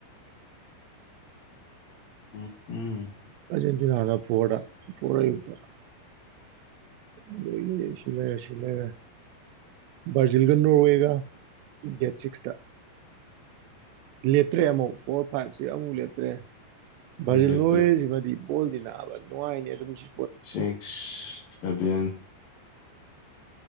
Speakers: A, on the left; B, on the right.
A: ꯎꯝ ꯎꯝ
B: ꯑꯔꯖꯦꯟꯇꯤꯅꯥꯅ ꯐꯣꯔꯗ ꯐꯣꯔ ꯑꯌꯨꯛꯇ ꯑꯗꯒꯤ ꯁꯤꯂꯩꯔꯦ ꯁꯤꯂꯩꯔꯦ ꯕꯥꯔꯖꯤꯜꯒ ꯅꯣꯔꯋꯦꯒ ꯗꯦꯠ ꯁꯤꯛꯁꯇ ꯂꯦꯞꯇ꯭ꯔꯦ ꯑꯃꯨꯛ ꯐꯣꯔ ꯐꯥꯏꯚꯁꯤ ꯑꯃꯨꯛ ꯂꯦꯞꯇ꯭ꯔꯦ ꯚꯜꯖꯤꯜ
A: ꯂꯦꯞꯇ꯭ꯔꯦ
B: ꯂꯣꯏꯁꯤꯃꯗꯤ ꯀꯣꯜꯗꯤ ꯅꯥꯕ ꯅꯨꯡꯉꯥꯏꯅꯤ ꯑꯗꯨꯝꯁꯨ
A: ꯁꯤꯛꯁ ꯑꯦꯚꯦꯟ